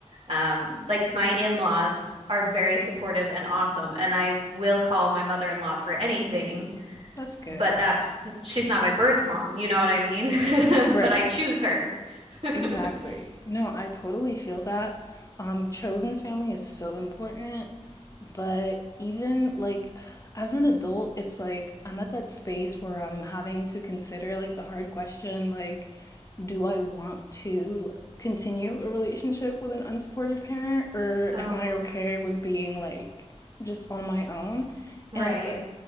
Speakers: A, on the right; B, on the left.
A: um, like my in-laws are very supportive and awesome, and I will call my mother-in-law for anything,
B: That's good.
A: but that's she's not my birth mom, you know what I mean? <laughs>
B: Right.
A: But I choose her.
B: Exactly.
A: <laughs>
B: No, I totally feel that. Um, chosen family is so important, but even like as an adult, it's like I'm at that space where I'm having to consider like the hard question like, do I want to continue a relationship with an unsupportive parent or
A: Oh,
B: am I okay with being like just on my own?
A: right,
B: And